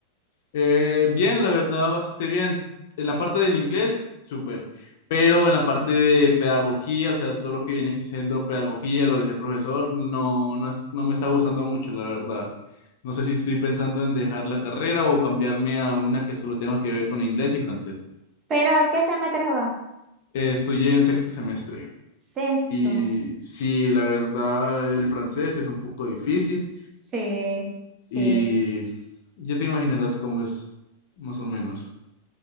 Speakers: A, on the left (about 55°); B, on the right (about 30°).
A: Eh, bien, la verdad, bastante bien. En la parte del inglés, súper. Pero en la parte de pedagogía, o sea, todo lo que viene que siendo pedagogía, lo de ser profesor, no, no es- no me está gustando mucho, la verdad. No sé si estoy pensando en dejar la carrera o cambiarme a una que solo tenga que ver con inglés y francés.
B: ¿Pero qué semestre va?
A: Eh, estoy en sexto semestre
B: Sexto.
A: y sí, la verdad, el francés es un poco difícil
B: Sí, sí.
A: y ya te imaginarás cómo es, más o menos.